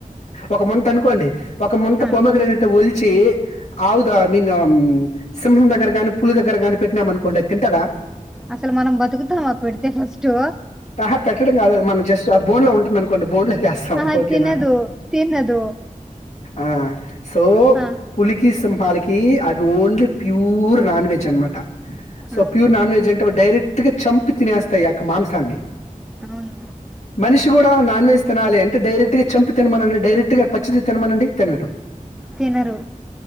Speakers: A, on the left; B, in the centre.
A: ఒక ముంతనుకోండి. ఒక ముంత
B: ఆ
A: పొమగ్రనెట్ వొల్చి ఆవుద ఐ మీన్ అమ్ సింహం దగ్గర గాని పులి దగ్గర గాని పెట్నామనుకోండి అద్ తింటద
B: అసలు మనం బతుకుతామ పెడితే ఫస్టు
A: అహా! పెట్టడం కాదు అది మనం జస్ట్ అది బోన్‌లో ఉంటుందనుకోండి బోన్‌లోకేస్తాం.
B: అహ
A: ఓకేనా?
B: తినదు తినదు.
A: ఆ సో
B: ఆ
A: పులికి సింహలక్ కి అదోన్లీ ప్యూర్ నాన్ వెజ్ అనమాట సో
B: ఆ
A: ప్యూర్ నాన్ వెజ్ అ టె డైరెక్ట్ గా చంపి తినేస్తాయి ఆ యొక్క మాంసాన్ని
B: అవును
A: మనిషి కూడా నాన్ వెెజ్ తినాలి అంటే డైరెక్ట్ గా చంపి తినమనండి డైరెక్ట్ గా పచ్చిది తినమనండి తినడు
B: తినరు